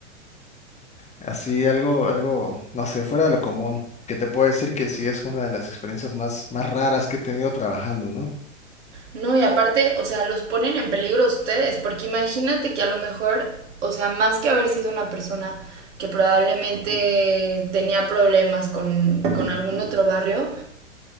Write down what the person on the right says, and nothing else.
No, y aparte, o sea, los ponen en peligro a ustedes, porque imagínate que a lo mejor, o sea, más que haber sido una persona que probablemente tenía problemas con, con algún otro barrio,